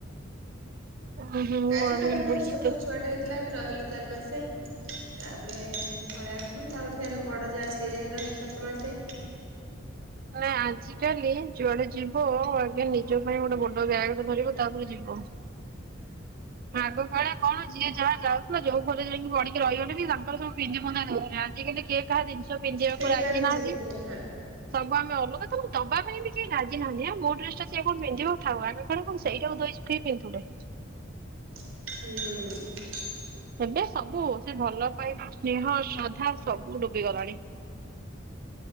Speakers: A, on the right; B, on the right.
A: ଉଁ ହୁଁ ମୁଁ
B: ଯାଇଥିଲୁ
A: ଭାବିଲି
B: ତାଙ୍କର ଗୋଟେ
A: ବୁଲିତେ
B: ଛୋଟ ଛୁଆଟେ ହେଇଥିଲା ରହିଲୁ ଚାରି ମାସେ ତାପରେ ପଳେଇ ଆସିଲୁ। ତାପରେ ଫେରେ ବଡ଼ ଯା ସିଏ ଯାଏ ରହିଲେ ସାତମାସେ।
A: ନା ଆଜିକାଲି ଯୁଆଡେ ଯିବ ଆଗେ ନିଜ ପାଇଁ ଗୋଟେ ବଡୋ ବ୍ୟାଗ ଟେ ଧରିବ ତାପରେ ଯିବ। ଆଗ କାଳେ କଣ ଯିଏ ଯାହା ଯାଉ ଯୋଉ ଘରେ ଜାଇଁକି ପଢିକି ରହିଗଲେ ବି ତାଙ୍କର ସବୁ ପିନ୍ଧି ପୁନ୍ଧା ଦଉଥିଲେ। ଆଜିକାଲି କିଏ କାହା ଜିନିଷ ପିନ୍ଧିଆକୁ
B: କେହି
A: ରାଜି
B: କାହା ଜିନିଷ
A: ନାହାନ୍ତି।
B: ପିନ୍ଧିବେନି ହଁ
A: ସବୁ ଆମେ ଅଲଗା ତ ଦବା ପାଇଁ ବି କେହି ରାଜି ନାହାନ୍ତି। ଆ ମୋ ଡ୍ରେସ ଟା ସିଏ କଣ ପିନ୍ଧିବ ଥାଉ। ଆମେ କ କଣ ସେଇଟାକୁ ଧୋଇ ଶୁଖେଇ ପିନ୍ଧୁଥିଲେ।
B: ହୁଁ।
A: ଏବେ ସବୁ ସେ ଭଲ ପାଇବା, ସ୍ନେହ, ଶ୍ରଦ୍ଧା ସବୁ ଡୁବି ଗଲାଣି।